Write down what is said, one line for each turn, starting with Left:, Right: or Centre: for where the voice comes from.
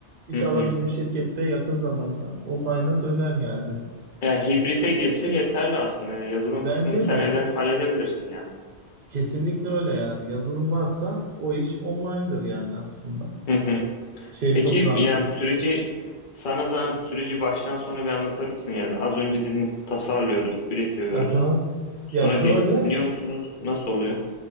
Right: İnşallah
Left: Hı hı.
Right: bizim şirkette yakın zamanda online'a döner yani.
Left: Ya hibrite geçse yeterli aslında. Yazılım
Right: Bence
Left: kısmını sen
Right: de
Left: evden halledebilirsin yani.
Right: kesinlikle öyle yani. Yazılım varsa o iş online'dır yani aslında.
Left: Hı hı.
Right: Şey
Left: Peki
Right: çok rahat
Left: yani
Right: olur.
Left: süreci sana zahmet süreci baştan sona bir anlatabilirsin yani. Az önce dedin tasarlıyoruz, üretiyoruz.
Right: Aha.
Left: Sonra
Right: Ya şöyle,
Left: deniyor musunuz? Nasıl oluyor?